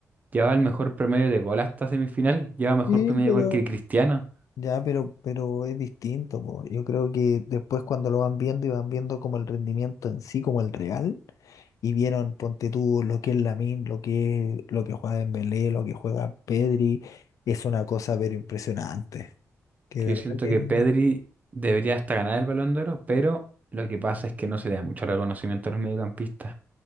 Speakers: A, on the right; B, on the left.
A: llevaba el mejor promedio de gol hasta semifinales, lleva mejor
B: sí,
A: promedio
B: pero
A: de gol que Cristiano,
B: ya, pero, pero es distinto, po. Yo creo que después cuando lo van viendo y van viendo como el rendimiento en sí, como el real, y vieron, ponte tú, lo que es Lamine, lo que es, lo que juega Dembélé, lo que juega Pedri, es una cosa pero impresionante. Que
A: que
B: verdad
A: yo siento
B: que
A: que Pedri debería hasta ganar el Balón de Oro, pero lo que pasa es que no se le da mucho reconocimiento a los mediocampistas.